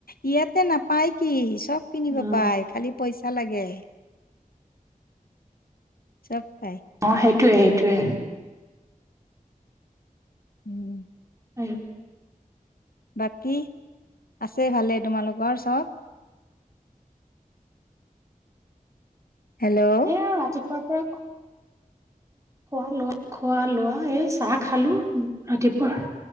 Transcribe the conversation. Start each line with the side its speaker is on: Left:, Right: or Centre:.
Left: ইয়াতে নাপায় কি চব কিনিব
Right: উম,
Left: পাই। খালি পইচা লাগে। চব পাই
Right: অ', সেইটোয়ে সেইটোয়ে।
Left: <inaudible>
Right: আৰু
Left: বাকী আছে ভালে তোমালোকৰ চব? হেল্ল'
Right: এ ৰাতিপুৱাৰ পৰাই খোৱা লোৱা খোৱা লোৱা। এই চাহ খালো ৰাতিপুৱা